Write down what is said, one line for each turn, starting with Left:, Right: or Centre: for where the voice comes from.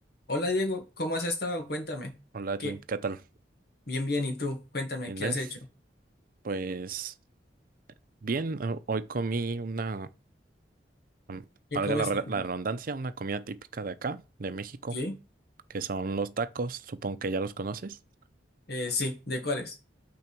Left: Hola Diego, ¿cómo has estado? Cuéntame.
Right: Hola Edwin,
Left: ¿Qué?
Right: ¿qué tal?
Left: Bien, bien, ¿y tú? Cuéntame,
Right: Bien,
Left: ¿qué
Right: bien.
Left: has hecho?
Right: Pues bien, ho- hoy comí una, am-
Left: ¿Qué
Right: valga
Left: comiste?
Right: la, re- la redundancia, una comida típica de acá, de México,
Left: ¿Sí?
Right: que son los tacos, supongo que ya los conoces.
Left: Eh, sí, ¿de cuáles?